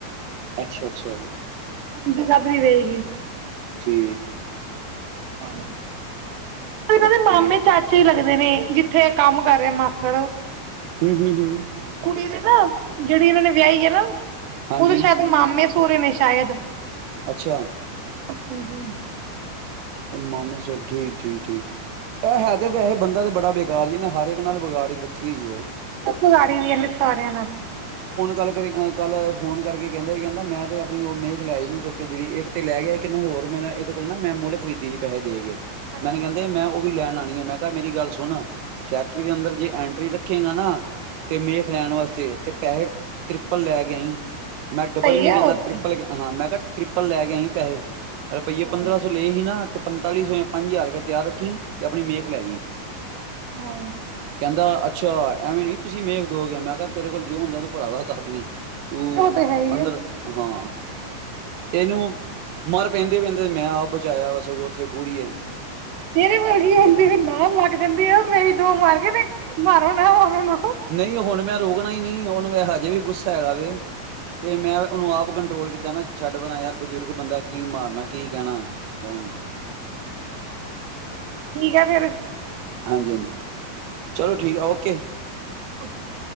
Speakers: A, on the right (about 80°); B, on the right (about 65°).
A: ਅੱਛਾ- ਅੱਛਾ।
B: ਹੁਣ ਜਗਾਦਰੀ ਰਹੇਗੀ।
A: ਠੀ
B: ਹਾਂ <inaudible> ਕਦੇ
A: ਓਕੇ
B: ਮਾਮੇ ਚਾਚੇ ਹੀ ਲੱਗਦੇ ਨੇ ਜਿੱਥੇ ਕੰਮ ਕਰ ਰਿਹਾ ਮਾਸੜ
A: ਹੂੰ- ਹੂੰ- ਹੂੰ
B: ਕੁੜੀ ਦੇ ਨਾ ਜਿਹੜੀ ਇਹਨਾਂ ਨੇ ਵਿਆਹੀ ਹੈ ਨਾ
A: ਹਾਂਜੀ
B: ਓਦੇ ਸ਼ਾਇਦ ਮਾਮੇ ਹੁਰੇ ਨੇ ਸ਼ਾਇਦ
A: ਅੱਛਾ,
B: ਹਾਂਜੀ,
A: ਮਾਮੇ ਸ ਠੀਕ-ਠੀਕ-ਠੀਕ ਇਹ ਹੈ ਤੇ ਵੈਸੇ ਬੰਦਾ ਤੇ ਬੜਾ ਬੇਕਾਰ ਜੀਨੇ ਹਰ ਇੱਕ ਨਾਲ ਵਿਗਾੜ ਰੱਖੀ ਹੋਈ ਹੈ
B: ਵਗਾੜੀ ਵੀ ਇਹਨੇ ਸਾਰਿਆਂ ਨਾਲ
A: ਗੱਲ ਕਰੀ ਅ ਕੱਲ ਫੋਨ ਕਰਕੇ ਕਹਿੰਦਾ ਸੀ ਕਹਿੰਦਾ ਮੈਂ ਤੇ ਆਪਣੀ ਉਹ ਮੇਖ ਲੈਈ ਨਹੀ ਚੁੱਕ ਕੇ ਜਿਹੜੀ ਇੱਕ ਤੇ ਲੈ ਗਿਆ ਕਿੰਨੇ ਹੋਰ ਮੈਂ ਇਹਦੇ ਕੋਲ ਨਾ ਮੈਂ ਮੁੱਲ ਖਰੀਦ ਦੀ ਪੈਸੇ ਦੇ ਗਏ।
B: ਅੱਛਾ
A: ਮੈਨੇ ਕਹਿੰਦੇ ਮੈਂ ਉਹ ਵੀ ਲੈਣ ਆ ਨੀ ਮੈਂ ਕਿਹਾ ਮੇਰੀ ਗੱਲ ਸੁਣ। ਫੈਕਟਰੀ ਦੇ ਅੰਦਰ ਜੇ ਐਂਟਰੀ ਰ ਰਖੇਗਾ ਨਾ ਤੇ ਮੇ ਖ ਲੈਣ ਵਾਸਤੇ ਤੇ ਪੈਸੇ ਤ੍ਰਿਪਲ ਲੈ ਗਿਆਈ ਮੈਂ ਡਬਲ
B: ਸਹੀ
A: ਵੀ
B: ਹੈ
A: ਕਹਿੰਦਾ
B: ਹੋਰ
A: ਟ੍ਰਿਪਲ
B: ਕੀ
A: ਹਾਂ ਮੈਂ ਘੱ ਤ੍ਰਿਪਲ ਲੈ ਗਏ ਸੀਂ ਪੈਸੇ ਰੁਪਈਏ
B: ਹਾਂ
A: ਪੰਦਰਾਂ ਸੌ ਲਏ ਸੀ ਨਾ ਤੇ ਪੰਤਾਲੀ ਸੌ ਜਾਂ ਪੰਜ ਹਜ਼ਾਰ ਰੁਪਏ ਤਿਆਰ ਰੱਖੀ ਤੇ ਆਪਣੀ ਮੇਕ ਲੈ ਜਈ
B: ਹਾਂ
A: ਕਹਿੰਦਾ ਅੱ ਅੱਛਾ ਐਵੇਂ ਨੀ ਤੁਸੀਂ ਮੇਖ ਦੋਗੇ ਮੈਂ ਕਿਹਾ ਤੇਰੇ ਕੋਲ ਜੋ ਹੁੰਦਾ ਤੂੰ ਭਰਾਵਾ ਨੂੰ ਤੂੰ
B: ਉਹ ਤੇ ਹੈ ਹੀ
A: ਅੰਦਰ
B: ਹੈ
A: ਹਾਂ ਇਹਨੂੰ ਮਰ ਪੈਂਦੇ ਪੈਂਦੇ ਮੈਂ ਬਚਾਇਆ ਵਾ ਸਗੋਂ ਉੱਥੇ ਪੂੜੀ ਹੈ
B: ਤੇਰੀ ਮਰਗੀ ਹੁੰਦੀ ਨਾ ਮਗ ਜਾਂਦੀ ਆ ਮੇਰੀ ਦੋ ਮਾਰ ਗ ਤੇ ਮਾਰੋ ਨਾ ਮਾਰੋ ਨਾ ਚਲੋ
A: ਨਹੀਂ ਹੁਣ ਮੈਂ ਰੋਕਣਾਈ ਨਹੀਂ ਉਹਨੂੰ ਮੈਂ ਹਜੇ ਵੀ ਗੁੱਸਾ ਹੈਗਾ ਵ ਤੇ ਮੈਂ ਉਹਨੂੰ ਆਪ ਕੰਟਰੋਲ ਕੀਤਾ ਤਾਂ ਮੈਂ ਛੱਡ ਬਣਾ ਯਾਰ ਬਜ਼ੁਰਗ ਬੰਦਾ ਕੀ ਮਾਰਨਾ ਕੀ ਕਹਿਣਾ ਹੈ ਰਨ
B: ਠੀਕ ਆ ਫੇਰ
A: ਹਾਂਜੀ ਹਾਂਜੀ ਚਲੋ ਠੀਕ ਆ ਓਕੇ
B: ਅ